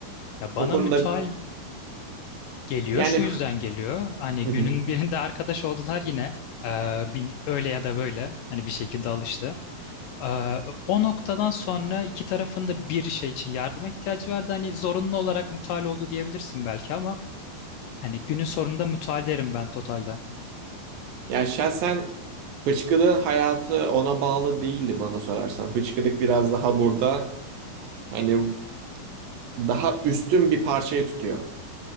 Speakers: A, on the left; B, on the right.
A: Ya bana
B: O konuda
A: mutual Geliyor
B: yani
A: şu yüzden geliyor. Hani
B: <laughs>
A: günün birinde arkadaş oldular yine. Ee, bir- öyle ya da böyle hani bir şekilde alıştı. Ee, o noktadan sonra iki tarafın da bir şey için yardıma ihtiyacı vardı. Hani zorunlu olarak mutual oldu diyebilirsin belki ama hani günün sonunda mutual derim ben totalde.
B: Yani şahsen hıçkırığın hayatı ona bağlı değildi bana sorarsan. Hıçkırık biraz daha burada hani daha üstün bir parçayı tutuyor.